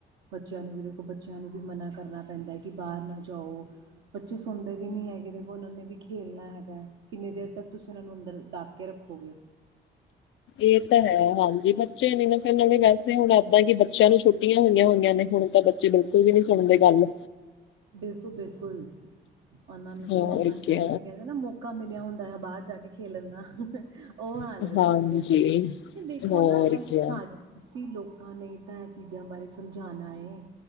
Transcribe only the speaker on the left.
ਇਹ ਤਾਂ ਹੈ ਹਾਂਜੀ ਬੱਚੇ ਨੀ ਨਾ ਫਿਰ ਨਾਲੇ ਵੈਸੇ ਹੁਣ ਇੱਦਾ ਕਿ ਬੱਚਿਆਂ ਨੂੰ ਛੁੱਟੀਆਂ ਹੋਈਆਂ-ਹੋਈਆਂ ਨੇ ਹੁਣ ਤਾਂ ਜੀ ਬਿਲਕੁਲ ਵੀ ਨੀ ਸੁਣਦੇ ਗੱਲ।
ਹੋਰ
ਕੀ
ਹਾਂਜੀ
ਹੋਰ
ਕੀ